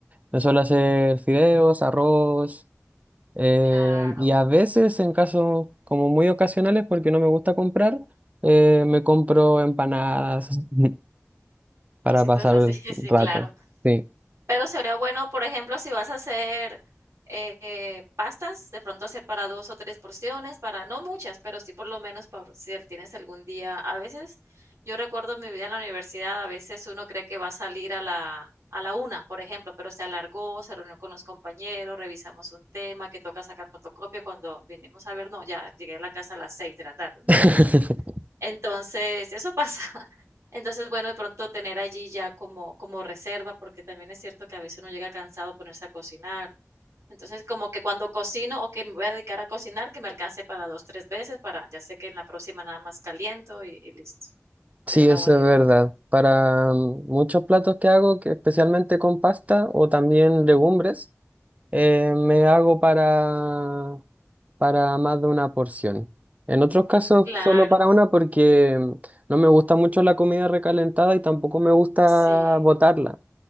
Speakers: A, on the right; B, on the right.
A: me suelo hacer fideos, arroz eh,
B: Claro,
A: y a veces en casos como muy ocasionales, porque no me gusta comprar, eh, me compro empanadas. <laughs> para
B: cositas
A: pasar
B: así,
A: el
B: <laughs>
A: rato.
B: sí, claro.
A: Sí.
B: Pero sería bueno, por ejemplo, si vas a hacer eh, eh, pastas, de pronto hacer para dos o tres porciones, para no muchas, pero sí por lo menos por si tienes algún día. A veces, yo recuerdo mi vida en la universidad, a veces uno cree que va a salir a la, a la una, por ejemplo, pero se alargó, se reunió con los compañeros, revisamos un tema que toca sacar fotocopia cuando venimos a ver, no, ya llegué a la casa a las seis de la tarde, un
A: <laughs>
B: ejemplo. Entonces, eso pasa. <laughs> Entonces, bueno, de pronto tener allí ya como, como reserva, porque también es cierto que a veces uno llega cansado a ponerse a cocinar. Entonces, como que cuando cocino o que me voy a dedicar a cocinar, que me alcance para dos, tres veces, para ya sé que en la próxima nada más caliento y, y listo. Sería
A: Sí,
B: una
A: eso
B: buena
A: es
B: idea.
A: verdad. Para mm, muchos platos que hago, que especialmente con pasta o también legumbres, eh, me hago para, para más de una porción. En otros casos,
B: Claro,
A: solo para una porque mm, no me gusta mucho la comida recalentada y tampoco me gusta
B: sí.
A: botarla.